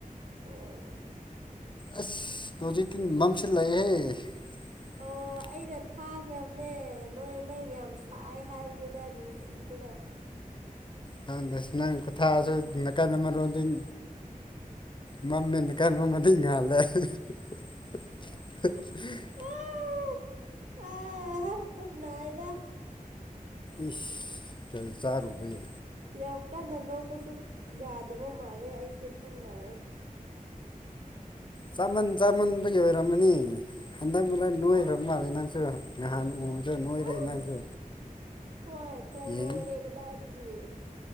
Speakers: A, on the right; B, on the left.
A: ꯑꯣ
B: ꯑꯁ ꯍꯧꯖꯤꯛꯇꯤ ꯃꯝꯁꯤꯜꯂꯛꯏꯍꯦ <inaudible>
A: ꯑꯣ ꯑꯩꯅ ꯊꯥꯈ꯭ꯔꯕꯅꯦ ꯅꯣꯏ ꯅꯪ ꯌꯥꯝ ꯁꯥꯏ ꯍꯥꯏꯕꯗꯨꯗ ꯅꯨꯡꯁꯤꯗꯅ
B: ꯈꯪꯗ‌ꯦ ꯅꯪ ꯈꯨꯊꯥꯖꯨ ꯅꯀꯟ ꯑꯃꯔꯣꯟꯗꯤꯡ ꯃꯝꯃꯦ ꯅꯀꯥꯟ ꯑꯃꯗꯤ ꯉꯥꯜꯂꯦ <unintelligible>
A: <unintelligible> ꯄꯨꯨꯛ ꯅꯥꯏꯗ
B: ꯏꯁ ꯀꯔꯤ ꯆꯥꯔꯨꯕꯒꯤ
A: ꯌꯥꯝ ꯀꯟꯅ ꯅꯣꯛꯄꯁꯨꯞ ꯌꯥꯗꯕ ꯃꯥꯜꯂꯦ ꯑꯩꯁꯦ ꯄꯨꯛ ꯅꯥꯏꯌꯦ
B: ꯆꯥꯃꯟ ꯆꯥꯃꯟꯕꯒꯤ ꯑꯣꯏꯔꯝꯃꯅꯤ ꯍꯟꯗꯛ ꯃꯔꯛ ꯅꯣꯏꯈ꯭ꯔꯕ
A: ꯆꯥꯛ
B: ꯃꯥꯜꯂꯦ ꯅꯪꯁꯨ ꯉꯍꯥꯟ ꯎꯕꯗ ꯅꯣꯏꯔꯦ
A: ꯑꯁ
B: ꯅꯪꯁꯨ
A: ꯍꯣꯏ ꯈꯔꯛ
B: ꯌꯦꯡ
A: ꯅꯣꯏꯔꯦ ꯀꯗꯥꯏꯗꯒꯤ